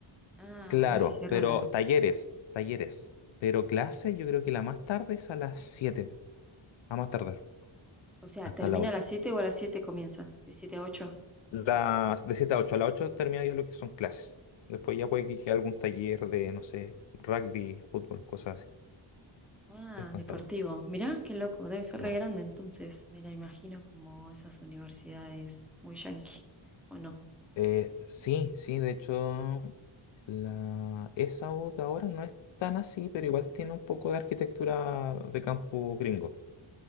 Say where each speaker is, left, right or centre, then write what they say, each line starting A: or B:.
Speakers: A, in the centre; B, on the left.
A: Ah,
B: Claro,
A: a las nueve cierra
B: pero
A: la...
B: talleres, talleres. Pero clase yo creo que la más tarde es a las 7, a más tardar,
A: O sea,
B: hasta
A: ¿termina
B: las 8.
A: a las 7 o a las siete comienza? De 7 a ocho.
B: Las, de 7 a 8, a las 8 termina ya lo que son clases. Después ya puede que quede algún taller de, no sé, rugby, fútbol, cosas así.
A: Ah,
B: Es Juan
A: deportivo.
B: tarde.
A: Mirá, qué loco. Debe ser
B: Claro.
A: re grande entonces. Me la imagino como esas universidades muy yanqui, ¿o no?
B: Eh, sí, sí, de hecho, la, esa voz de ahora no es tan así, pero igual tiene un poco de arquitectura de campo gringo.